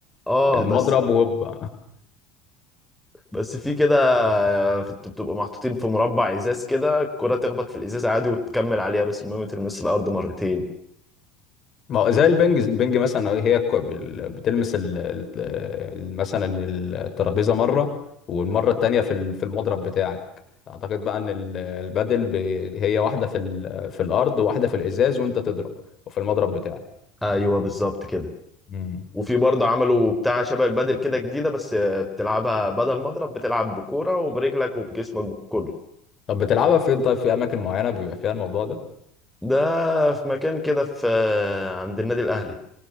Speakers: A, in the centre; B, on the left.
A: اه
B: المضرب
A: بس
B: وهوب
A: بس في كده في- بتبقى محطوطين في مربع ازاز كده الكره تخبط في الازاز عادي وتكمل عليها بس المهم تلمس الارض مرتين
B: ما هو زي البنج البنج مثلا هي الكو- بال- بتلمس ال- ال- ال- مثلا الترابيزه مره والمره التانيه في ال- في المضرب بتاعك اعتقد بقى ان ال- البادل ب- هي واحده في ال- في الارض وواحده في الازاز وانت تضرب وفي المضرب بتاعك
A: ايوه بالظبط كده
B: مم.
A: وفي برضه عملوا بتاع شبه البادل كده جديدة بس بتلعبها بدل مضرب بتلعب بكورة وبرجلك وبجسمك كله
B: طب بتلعبها فين طيب في اماكن معينه بيبقى فيها الموضوع ده
A: ده في مكان كده في عند النادي الأهلي